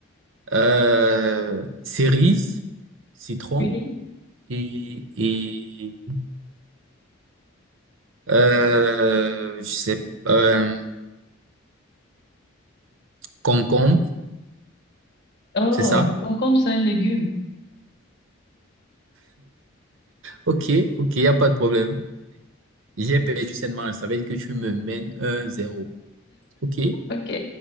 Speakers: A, on the right; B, on the left.
A: Euh, cerise, citron
B: Oui.
A: et, et euh, je sais, euh, concombre,
B: Oh,
A: c'est ça?
B: le concombre, c'est un légume.
A: Ok, ok, il a pas de problème. J'ai perdu sainement, ça veut dire que tu me mènes un zéro. Ok,
B: Ok.